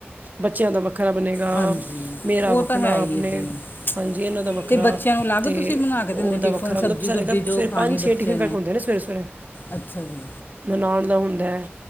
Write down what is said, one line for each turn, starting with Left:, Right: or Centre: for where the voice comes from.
Right: ਬੱਚਿਆਂ ਦਾ ਵੱਖਰਾ ਬਣੇ ਗਾ,
Left: ਹਾਂਜੀ
Right: ਮੇਰਾ
Left: ਉਹ
Right: ਵਖਣਾ
Left: ਤਾਂ ਹੈ ਹੀ
Right: ਆਪ
Left: ਹੈ
Right: ਨੇ
Left: ਜੀ
Right: ਹਾਂਜੀ ਇਹਨਾਂ ਦਾ ਵੱਖਰਾ
Left: ਤੇ ਬੱਚਿਆਂ ਨੂੰ ਅਲੱਗ
Right: ਤੇ
Left: ਤੁਸੀਂ ਬਣਾ ਕੇ
Right: ਓ
Left: ਦਿੰਦੇ
Right: ਦਾ
Left: ਟਿਫਨ
Right: ਵੱਖਰਾ, ਮਤਲਬ
Left: ਸਬਜੀ
Right: ਸਾਡੇ
Left: ਸੁਬਜੀ
Right: ਘਰੇ
Left: ਜੋ ਖਾਣੀ
Right: ਪੰਜ -ਛੇ
Left: ਬੱਚੇ
Right: ਟਿਫਨ ਪੈਕ ਹੁੰਦੇ ਨੇ ਸਵੇਰੇ -ਸਵੇਰੇ।
Left: ਅੱਛਾ ਜੀ।
Right: ਨਨਾਣ ਦਾ ਮੁੰਡਾ ਹੁੰਦਾ ਐ।